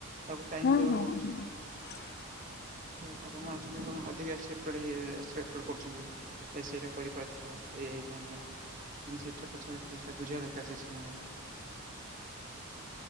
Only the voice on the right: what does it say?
ତାକୁ ଟାଇମ
ଦବାକୁ
ପଡୁଚି।
ତଥାପି ବାପା ମାଆ ଅଛନ୍ତି କଣ ଅଧିକା ଏକ୍ସପେକ୍ଟେଡ ହେଇ ଏକ୍ସପେକ୍ଟ କରୁଛନ୍ତି ଏ ସେଇଟା କରିପାରିଥାନ୍ତା ସେଟା ଇଏ ହେଇଥାନ୍ତା କିନ୍ତୁ ସେ ଛୋଟ ଛୁଆର <unintelligible> ବୁଝିବା ଦରକାର ସେ ସମୟରେ।